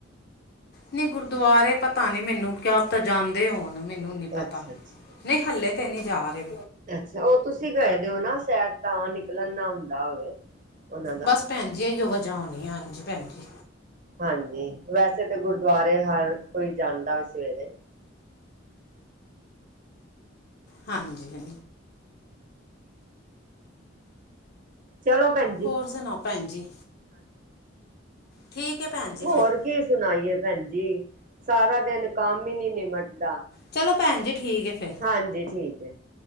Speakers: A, on the left; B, on the right.
A: ਨਈ, ਗੁਰਦੁਆਰੇ ਪਤਾ ਨੀ ਮੈਨੂੰ, ਕਿਆ ਪਤਾ ਜਾਂਦੇ ਹੋਨ, ਮੈਨੂੰ
B: ਹੋ
A: ਨੀ ਪਤਾ।
B: ਅੱਛਾ ਅੱਛਾ
A: ਨਈ ਹੱਲੇ ਤੇ ਨੀ ਜਾ ਰੇ।
B: ਅੱਛਾ, ੳਹ ਤੁਸੀ ਗਏ ਦੇ ੳ ਨਾ, ਸ਼ਏਦ ਤਾਂ ਨਿਕਲਣ ਨਾ ਹੁੰਦਾ ਹੋਵੇ। ਉਹਨਾਂ ਦਾ
A: ਬਸ ਭੈਨਜੀ, ਏਇਓ ਵਜਾ ਹੋਨੀ ਹਾਂਜੀ, ਭੈਨ ਜੀ।
B: ਹਾਂਜੀ, ਵੈਸੇ ਤੇ ਗੁਰਦੁਆਰੇ ਹਰ ਕੋਈ ਜਾਂਦਾ ਸਵੇਰੇ।
A: ਹਾਂਜੀ।
B: ਚਲੋ ਭੈਨ
A: ਹੋਰ ਸੁਣਾਓ ਭੈਨ ਜੀ, ਠੀਕ ਏ ਭੈਨ ਜੀ
B: ਹੋਰ
A: ਫੇਰ।
B: ਕੀ ਸੁਣਾਈਏ ਭੈਨ ਜੀ, ਸਾਰਾ ਦਿਨ ਕੰਮ ਈ ਨੀ ਨਿਪਟਦਾ।
A: ਚਲੋ ਭੈਨ ਜੀ, ਠੀਕ ਏ ਫੇਰ।
B: ਹਾਂਜੀ ਠੀਕ ਏ।